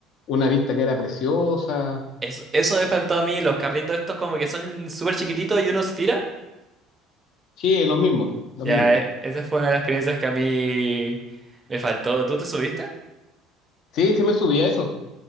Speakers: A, on the left; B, on the right.
A: una vista que era preciosa.
B: Eso, eso me faltó a mí, los carritos estos como que son súper chiquititos y uno se tira.
A: Sí, los mismos, los
B: Ya,
A: mismos.
B: e- esa fue una de las experiencias que a mí me faltó. ¿Tú te subiste?
A: Sí, sí me subí a esos,